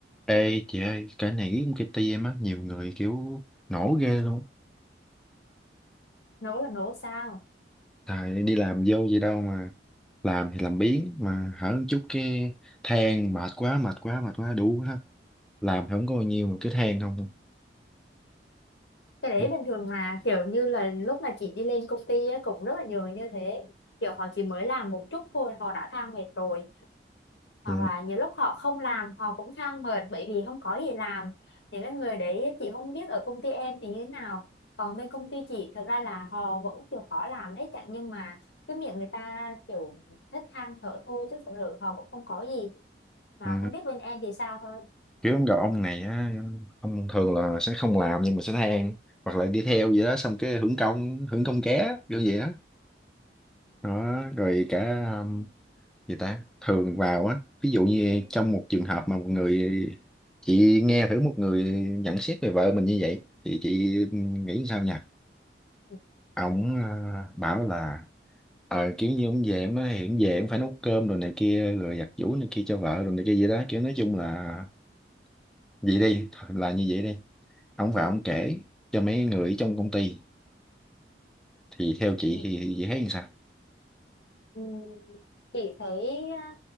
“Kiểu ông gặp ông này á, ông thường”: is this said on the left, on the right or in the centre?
Centre